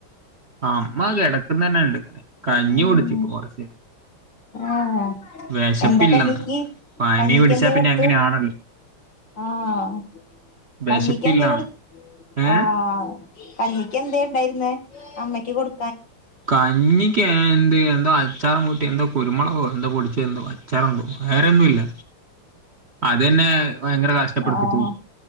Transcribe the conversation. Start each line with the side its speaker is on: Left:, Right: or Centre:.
Right: അമ്മ കിടക്കുന്ന തന്നെ ഇണ്ട് ഇങ്ങനെ കഞ്ഞി
Left: ഉം
Right: കുടിച്ചു ഇപ്പൊ കൊറച്ചു നേരത്തെ
Left: ആഹ്
Right: വിശപ്പില്ലന്ന്
Left: എന്താ കഞ്ഞിക്ക്
Right: പനിപിടിച്ചാ
Left: കഞ്ഞിക്ക് എന്തേ
Right: പിന്നെ
Left: കൊടുത്തു
Right: അങ്ങനെയാണല്ലോ
Left: ആഹ്
Right: വിശപ്പില്ലാന്ന്
Left: കഞ്ഞിക്ക് എന്തെ കൊടു
Right: ഏ
Left: ആഹ് കഞ്ഞിക്ക് എന്തെ ഉണ്ടായിരുന്നേ അമ്മക്ക് കൊടു
Right: കഞ്ഞിക്ക് എന്ത് എന്താ അച്ചാറും കൂട്ടി എന്താ കുരുമുളകോ എന്താ പൊടിച്ച എന്തോ അച്ചാറന്തോ വേറെ ഒന്നൂ ല്ല അതെന്നെ ഭയങ്കര കഷ്ടപ്പെടുത്തിട്ട്
Left: ആഹ്